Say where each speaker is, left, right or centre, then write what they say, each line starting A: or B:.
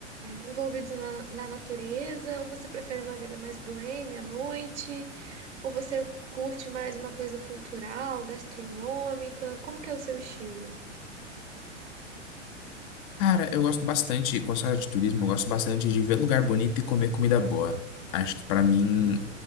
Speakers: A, on the right; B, on the left.
A: envolvidos na, na natureza? Ou você prefere uma vida mais boêmia à noite? Ou você curte mais uma coisa cultural, gastronômica? Como que é o seu estilo?
B: Cara, eu gosto bastante, quando se fala de turismo, eu gosto bastante de ver lugar bonito e comer comida boa. Acho que pra mim